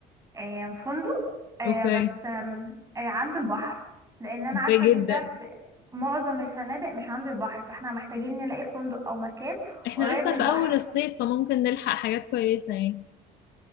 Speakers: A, on the right (about 20°); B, on the left (about 75°).
A: آه، فندق آه،
B: اوكي
A: بس آم، آه، عند البحر لان انا
B: اوكي
A: عارفه ان
B: جدا
A: في ده في معظم الفنادق مش عند البحر فاحنا محتاجين نلاقي فندق او مكان
B: احنا
A: قريب
B: لسه
A: من
B: في
A: البحر
B: اول الصيف فممكن نلحق حاجات كويسة يعني